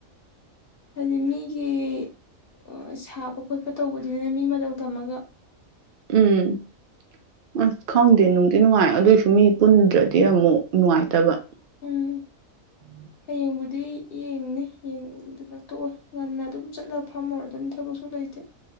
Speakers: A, on the left (about 50°); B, on the right (about 75°).
A: ꯍꯥꯏꯗꯤ ꯃꯤꯒꯤ ꯑ‌ ꯁꯥꯕ ꯈꯣꯠꯄ ꯇꯧꯕꯗꯨꯅ ꯃꯤ ꯃꯇꯧ ꯇꯝꯃꯒ
B: ꯎꯝ ꯑꯁ ꯈꯪꯗꯦ ꯅꯨꯡꯗꯤ ꯅꯨꯡꯉꯥꯏ ꯑꯗꯨꯏꯁꯨ ꯃꯤ ꯄꯨꯟꯗ꯭ꯔꯗꯤ ꯑꯃꯨꯛ ꯅꯨꯡꯉꯥꯏꯇꯕ
A: ꯎꯝ
B: <inaudible>
A: ꯍꯌꯦꯡꯕꯨꯗꯤ ꯌꯦꯡꯅꯤ ꯌꯦꯡꯗꯅ ꯇꯣꯛꯑꯣꯏ ꯉꯟꯅ ꯑꯗꯨꯝ ꯆꯠꯂꯒ ꯐꯝꯃꯨꯔꯗꯝꯅꯤ ꯊꯕꯛꯁꯨ ꯂꯩ ꯇꯦ